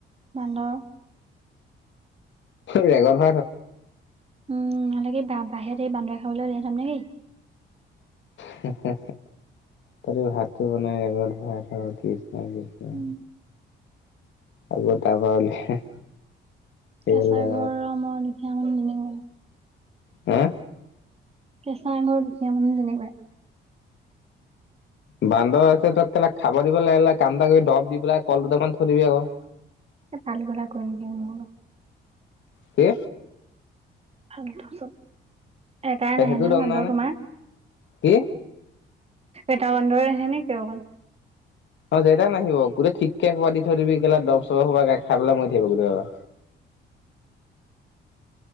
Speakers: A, on the right (about 30°); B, on the left (about 70°).
A: বান্দৰ
B: হে জেগা ভ
A: উম নহলে কি বাহিৰ এই বান্দৰে, খাবলৈ ওলাই থম নেকি।
B: হে, হে, তহতি ভাতটো বনাই বেগত ভয় বৰাই থওঁ কিছ ন কি ন
A: উম
B: আগ তাৰ পা উলিয়াই কেলা
A: কেঁচা ঘৰ মই নি
B: হে
A: কেঁচা আঙৰ দুখীয়া মানুহ যেনিবাই
B: বান্দৰ আছে তা খেলা খাব দিব লাগিলে কান্দা, কি ডৰব দি পেলাই কল, দুটামান থৈদিবি আওঁ
A: তাল লগত আকৌ এনেকে নহব
B: কি?
A: ফালটো চব এটাই
B: সেইটো
A: নাই নহয়
B: দম
A: বান্দৰ
B: নে
A: তোমাৰ
B: কি?
A: এটা বান্দৰে আহে নেকি অকল
B: অ যেটা নাহিব গোটেই ঠিকে এঘোপা দি থবি কেলা দচ। চবা গাই খাই পেলাই
A: উম
B: মৰি থাকিব গোটেইা।